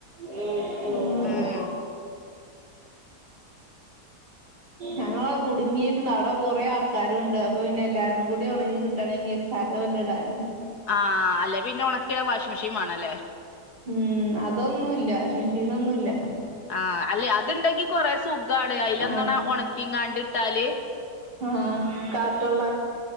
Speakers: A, on the right (about 85°); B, on the left (about 70°).
A: ഉം
B: ഉം
A: ഞങ്ങള കുടുങ്ങീരുന്നു അവടെ കൊറേ ആൾക്കാരൂണ്ട് അപ്പൊ പിന്നെ എല്ലാര്തും കൂടി ഒണങ്ങി കിട്ടണെങ്കി സ്ഥലോല്ല ഇടാന്
B: ആഹ് അല്ലെ പിന്നെ ഒണക്കീടാൻ വാഷിംഗ് മെഷീൻ വേണല്ലേ
A: ഉം അതൊന്നു ഇല്ല വാഷിംഗ് മെഷീനൊന്നുല്ല
B: ആഹ് അല്ലെ അതിണ്ടെങ്കി കൊറേ സുഖാണ് അയിലെന്തണ
A: ആഹ്
B: ഒണക്കിങ്ങാണ്ടിട്ടാല്
A: ആഹ് കാറ്റൊള്ളാൻ